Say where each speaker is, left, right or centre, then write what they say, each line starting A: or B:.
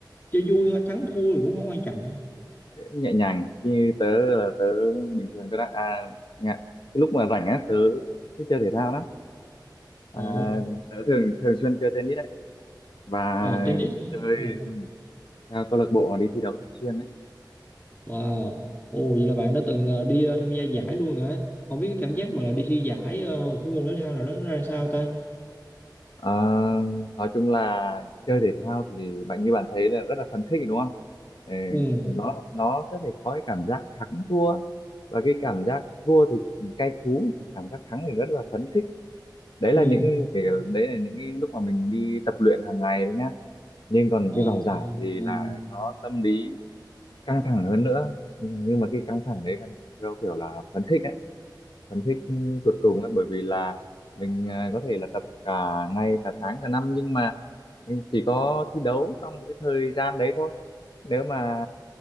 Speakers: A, on the left (about 25°); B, on the left (about 85°).
A: chơi vui thôi thắng thua thì cũng không quan trọng
B: Thế cũng nhẹ nhàng như tớ là tớ bình thường tớ đã à, ngại. cái lúc mà rảnh á tớ thích chơi thể thao lắm à,
A: ồ
B: tớ thường thường xuyên chơi tennis đấy và
A: ờ, tennis
B: chơi
A: Ồ
B: ừ, theo câu lạc bộ đi thi đấu thường xuyên đấy
A: Wow. Ồ, vậy là bạn đã từng ờ, đi ờ, tham gia giải luôn hả? Không biết cái cảm giác mà đi thi giải ờ, một cái môn thể thao nào đó nó ra sao ta?
B: à, nói chung là chơi thể thao thì bạn như bạn thấy là rất là phấn khích đúng không Ờ,
A: Ừ,
B: nó nó sẽ phải có cái cảm giác thắng thua và cái cảm giác thua thì cay cú cảm giác thắng thì rất là phấn khích đấy
A: ừ,
B: là những cái đấy là những cái lúc mà mình đi tập luyện hàng ngày đấy nhá nhưng còn
A: ờ,
B: cái vào giải
A: ờ, ờ,
B: thì
A: ừ,
B: là nó tâm lý căng thẳng hơn nữa Ừ, nhưng mà cái căng thẳng đấy căng thẳng theo kiểu là phấn khích đấy phấn khích ừ, tột cùng ấy bởi vì là mình à, có thể là tập cả ngày cả tháng cả năm nhưng mà ừ, chỉ có thi đấu trong một cái thời gian đấy thôi nếu mà